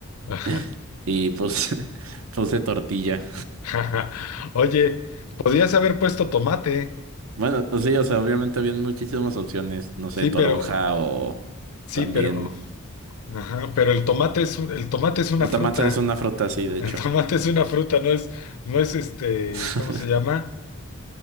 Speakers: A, on the left; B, on the right.
A: Ajá.
B: <laughs> Y pues <laughs> puse tortilla.
A: <laughs> Oye, podías haber puesto tomate,
B: Bueno, o sí, o sea, obviamente habían muchísimas opciones. No sé,
A: sí,
B: toronja
A: pero,
B: o
A: sí,
B: también.
A: pero. Ajá, pero el tomate es un- el tomate es una
B: El
A: fruta.
B: tomate es una fruta, sí, de
A: El
B: hecho.
A: tomate es una fruta, no es, no es este,
B: <laughs>
A: ¿cómo se llama?